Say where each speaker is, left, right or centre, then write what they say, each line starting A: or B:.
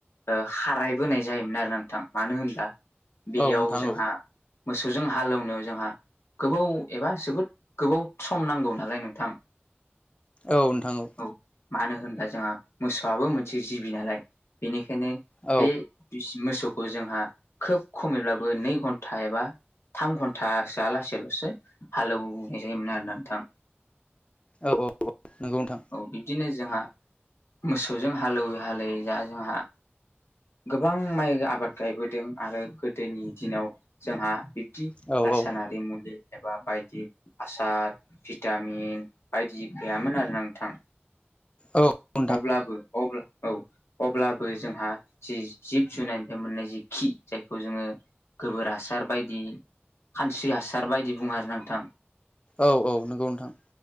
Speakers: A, on the left; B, on the left.
A: ओ खाराय बोनाय जायोमोन आरो ना नोंथां मानो होनबा बेयाव
B: औ नोंथां
A: जोंहा मोसौजों हालेवनो जोंहा गोबाव एबा जोबोद गोबाव सम नांगौ नालाय नोंथां
B: औ नोंथां औ।
A: औ मानो होनबा जोंहा मोसौआबो मोनसे जिबि नालाय बेनिखायनो
B: औ
A: बे बि मोसौखौ जोंहा खोब खमैब्लाबो नै घन्था एबा थाम घन्थासोआ लासैल'सो हालौवनाय जायोमोन आरोना नोंथां।
B: औ औ नंगौ नोंथां
A: औ बिदिनो जोंहा मोसौजों हालौवै हालेवै दा जोंहा गोबां माइ आबाद गायबोदों आरो गोदोनि दिनाव जोंहा बिब्दि
B: औ
A: रासायनारि
B: औ
A: मुलि एबा बायदि हासार भिटामिन बायदि गैयामोन आरोना नोंथां
B: औ नोंथां
A: अब्लाबो अब्ला औ अब्लाबो जोंहा जि जिब जुनारनिफ्राय मोननाय जि खि जायखौ जोङो गोबोर हासार बायदि खानस्रि हासार बायदि बुङो आरोना नोंथां।
B: औ औ नंगौ नोंथां।